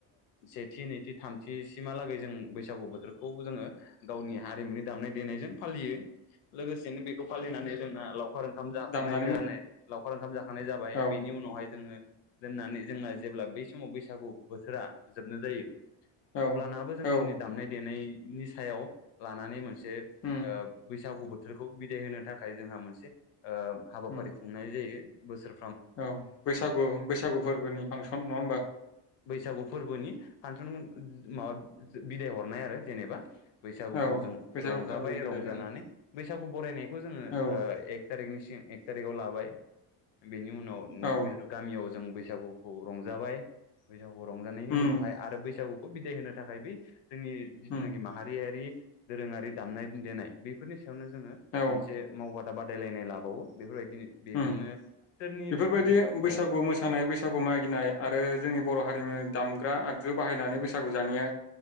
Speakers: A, on the left; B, on the left.
A: सेथि नैथि थामथि सिमहालागै जों बैसागु बोथोरखौ जोङो गावनि हारिमुनि दामनाय देनायजों फालियो लोगोसेनो बेखौ फालिनानै जोंना लावखार ओंखाम जाखांनाय
B: दामनानै
A: जानाय लावखार ओंखाम जाखांनानै थानाय जाबाय
B: औ
A: बेनि उनावहाय जोङो दोननानै जोंना जेब्ला बेै समाव बैसागु बोथोरा जोबनो जायो
B: औ
A: अब्लानाबो जों
B: औ
A: गावनि दामनाय देनाय नि सायाव लानानै मोनसे नों
B: उम
A: बैसागु बोथोरखौ बिदाय होनो थाखाय जोंहा मोनसे हाबाफारिखौ
B: उम
A: जायो बोसोर
B: औ बैसागु बैसागु फोरबोनि फांसन नङा होमबा
A: बैसागु फोरबोनि फांसन माबा बिदाय हरनाय आरो जेनेबा बैसागुखौ
B: औ
A: जों
B: बैसागु
A: रंजाबाय
B: फोरबो बिदाय
A: रंजानानै
B: ओं
A: बैसागु बरायनाय बे खौ जोङो
B: औ
A: एक तारिकनिसिगां एकतारिखआव ला बाय बेनि उनाव उम
B: औ
A: बै गामियाव जों बैसागुखौ रंजाबाय बैसागु रंजानायनि
B: उम
A: उनावहाय आरो बैसागु खौ बिदाय होनो थाखाय बै जोंनि जिथुनाखि
B: उम
A: माहारियारि दोरोङारि दामनाय देनाय बेफोरनि सायावनो जोङो
B: औ
A: मोनसे मावबा दायलायनाय लाबावो बेफोरबायदिनो बेजोंनो
B: उम
A: सोरनि
B: बेफोरबायदि बैसागु
A: औ
B: मोसानाय बैसागु मागिनाय आरो जोंनि बर' हारिमु दामग्रा आगजु बाहायनानै बैसागु जानाया